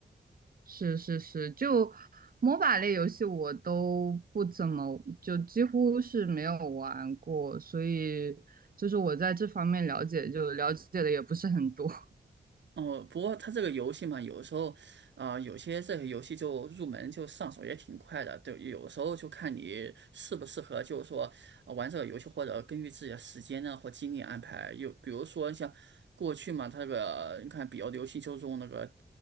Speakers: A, on the right; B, on the right.
A: 是是是，就 MOBA 类游戏我都不怎么，就几乎是没有玩过，所以就是我在这方面了解就了解的也不是很多。<laughs>
B: 哦，不过它这个游戏嘛，有的时候，啊、有些这个游戏就入门就上手也挺快的，对，有的时候就看你适不适合，就是说、呃玩这个游戏，或者根据自己的时间呢或精力安排。有比如说像过去嘛，它这个你看比较流行就是用那个